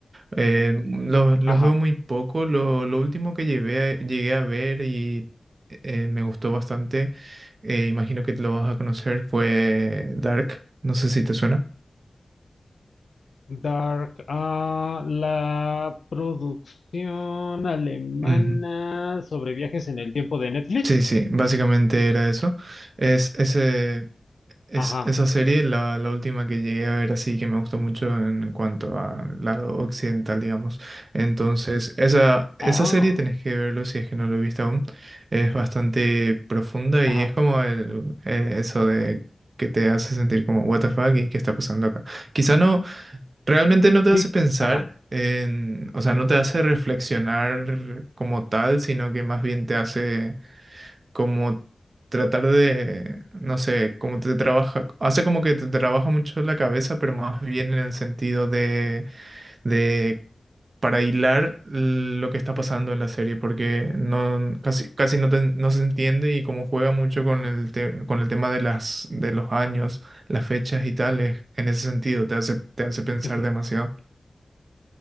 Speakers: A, on the right; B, on the left.
A: Eh, los, los
B: ajá.
A: veo muy poco. Lo, lo último que llevé a- llegué a ver y eh, me gustó bastante, eh, imagino que te lo vas a conocer, fue Dark. No sé si te suena.
B: Dark, ah, la producción alemana
A: Ujú.
B: sobre viajes en el tiempo de Netflix.
A: Sí, sí, básicamente era eso. Es, ese, es
B: Ajá,
A: esa serie, la, la última que llegué a ver así, que me gustó mucho en cuanto al lado occidental, digamos. Entonces, esa, esa
B: ah,
A: serie tenés que verlo si es que no lo he visto aún. Es bastante profunda
B: ajá,
A: y es como el, eh, eso de que te hace sentir como, what the fuck, y qué está pasando acá. Quizá no, realmente no te
B: sí,
A: hace pensar.
B: ajá.
A: En, o sea, no te hace reflexionar como tal, sino que más bien te hace como tratar de, no sé, como te trabaja, hace como que te trabaja mucho la cabeza, pero más bien en el sentido de, de para hilar lo que está pasando en la serie, porque no, casi, casi no, te- no se entiende y como juega mucho con el, te- con el tema de las, de los años, las fechas y tales, en ese sentido te hace, te hace pensar
B: ujú.
A: demasiado.